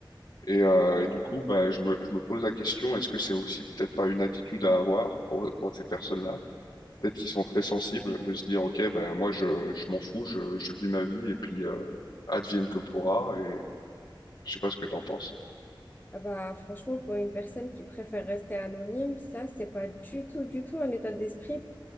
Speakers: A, on the left; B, on the left.
A: Et, euh, et du coup, bah, je me, je me pose la question, est-ce que c'est aussi peut-être pas une attitude à avoir pour, pour ces personnes-là? Peut-être qu'ils sont très sensibles de se dire, ok, ben moi je, je m'en fous, je, je vis ma vie et puis euh, advienne que pourra. Et je sais pas ce que t'en penses.
B: Ah Bah, franchement, pour une personne qui préfère rester anonyme, ça, c'est pas du tout, du tout un état d'esprit